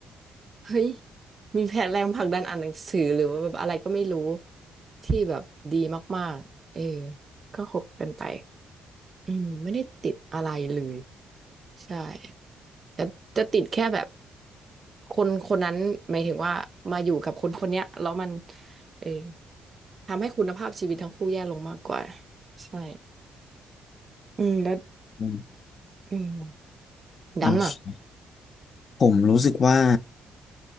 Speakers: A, on the right; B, on the left.
A: เฮ้ยมีแผนแรงผลักดันอ่านหนังสือหรือว่าแบบอะไรก็ไม่รู้ที่แบบดีมากๆเออก็คบกันไปอืมไม่ได้ติดอะไรเลยใช่ แต่จะติดแค่แบบคนคนนั้นหมายถึงว่ามาอยู่กับคนคนเนี้ยแล้วมันเออทำให้คุณภาพชีวิตทั้งคู่แย่ลงมากกว่าใช่อืมแล้ว
B: อืม
A: อืม
B: โอเค
A: ดำอ่ะ
B: ผมรู้สึกว่า